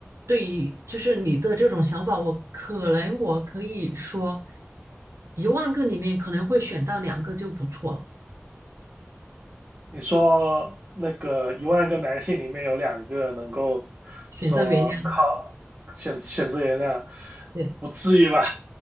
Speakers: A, on the right; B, on the right.
A: 对于就是你的这种想法，我可能我可以说，一万个里面可能会选到两个就不错了，
B: 你说那个一万个男性里面有两个能够说靠选选择原谅，
A: 选择原谅。对，
B: 不至于吧？